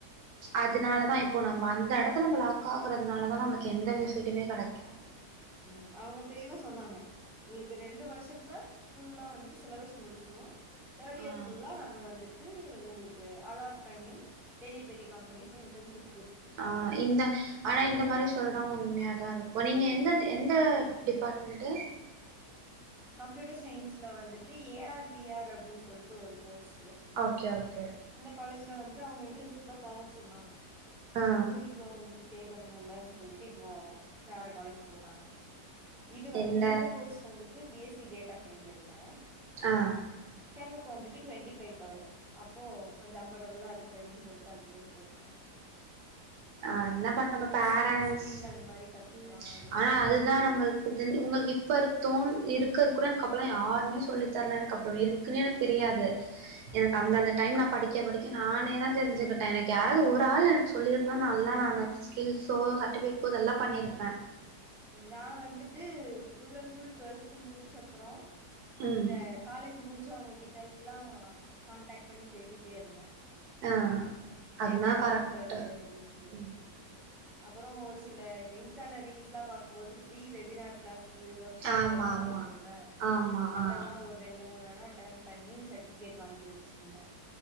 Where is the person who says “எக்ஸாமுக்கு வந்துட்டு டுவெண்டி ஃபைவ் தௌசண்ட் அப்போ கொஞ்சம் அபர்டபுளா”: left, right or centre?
Centre